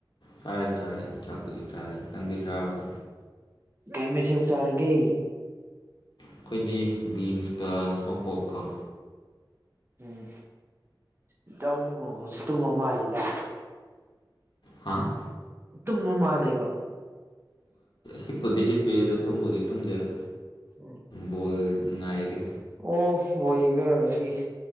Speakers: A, on the left; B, on the right.
A: ꯆꯥꯔꯦ ꯆꯥꯔꯦ ꯆꯥꯛꯄꯨꯗꯤ ꯆꯥꯔꯦ ꯅꯪꯗꯤ ꯆꯔꯕꯣ
B: ꯀꯩ ꯃꯊꯦꯜ ꯆꯥꯔꯒꯦ
A: ꯑꯩꯈꯣꯏꯗꯤ ꯕꯤꯟꯁꯀ ꯏꯁꯃꯣꯛꯄꯣꯛꯀ
B: ꯎꯝ ꯏꯇꯥꯎꯒꯤ ꯃꯈꯣꯟꯁꯦ ꯇꯨꯝꯃ ꯃꯥꯜꯂꯤꯗ
A: ꯍꯥꯥ
B: ꯇꯝꯃꯥ ꯃꯥꯂꯦꯕ
A: ꯍꯤꯞꯄꯨꯗꯤ ꯍꯤꯞꯄꯤ ꯇꯨꯝꯕꯨꯗꯤ ꯇꯨꯝꯗꯦꯗ
B: ꯎꯝ
A: ꯕꯣꯜ ꯉꯥꯏꯔꯤ
B: ꯑꯣ ꯕꯣꯜ ꯌꯦꯡꯗꯣꯏꯔꯥ ꯉꯁꯤ